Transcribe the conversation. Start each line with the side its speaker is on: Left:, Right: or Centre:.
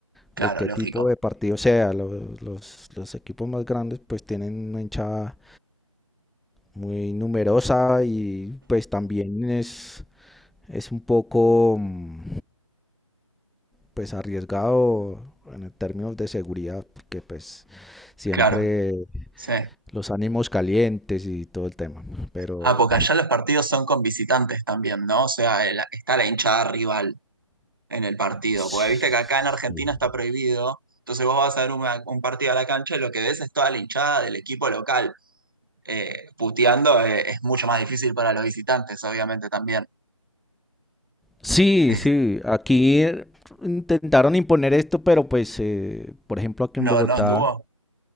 Right: Claro,
Centre: De qué
Right: lógico.
Centre: tipo de partido sea. Los, los, los equipos más grandes pues tienen una hinchada muy numerosa y pues también es, es un poco mm, pues arriesgado en términos de seguridad, porque pues siempre
Right: Claro, sí.
Centre: los ánimos calientes y todo el tema. ¿no? Pero...
Right: Ah, porque allá los partidos son con visitantes también, ¿no? O sea, el- está la hinchada rival. en el partido.
Centre: Sí.
Right: Porque viste que acá en Argentina está prohibido. Entonces vos vas a ver una- un partido a la cancha y lo que ves es toda la hinchada del equipo local. eh, puteando eh, es mucho más difícil para los visitantes, obviamente también.
Centre: Sí,
Right: Eh,
Centre: sí, aquí intentaron imponer esto, pero pues, eh, por ejemplo, aquí
Right: no,
Centre: en Bogotá,
Right: no anduvo